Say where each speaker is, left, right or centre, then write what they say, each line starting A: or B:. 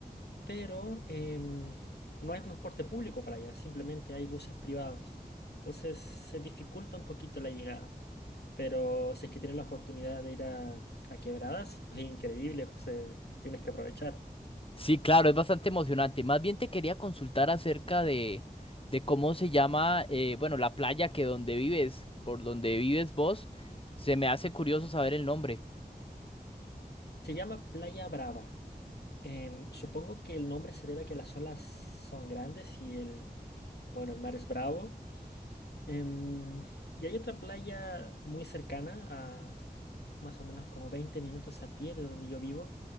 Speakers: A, on the left; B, on the left.
A: pero em, no hay transporte público para allá, simplemente hay buses privados. Entonces se dificulta un poquito la llegada. Pero si es que tienes la oportunidad de ir a, a Quebradas, <laughs> es increíble, José, tienes que aprovechar.
B: Sí, claro, es bastante emocionante. Más bien te quería consultar acerca de, de cómo se llama, eh, bueno, la playa que donde vives, por donde vives vos, se me hace curioso saber el nombre.
A: Se llama Playa Brava. Em, supongo que el nombre se debe a que las olas son grandes y el, bueno, el mar es bravo. Em, y hay otra playa muy cercana, a más o menos como 20 minutos a pie de donde yo vivo,